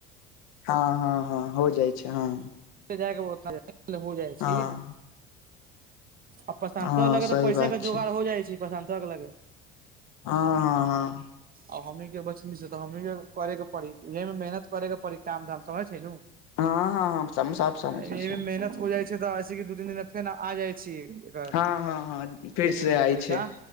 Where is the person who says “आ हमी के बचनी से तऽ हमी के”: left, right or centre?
Right